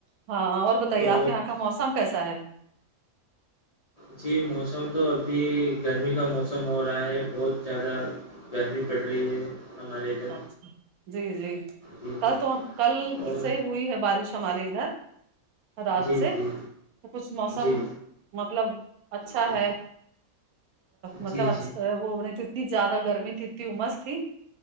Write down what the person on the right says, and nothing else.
ہاں اور بتائیے
آپ کے یہاں کا موسم کیسا ہے
اچھا جی جی
کل
تو ہم کل
سے ہوئی ہے بارش ہمارے ادھر رات
سے
تو کچھ موسم
مطلب اچھا
ہے مطلب
ا وہ <unintelligible> <unintelligible>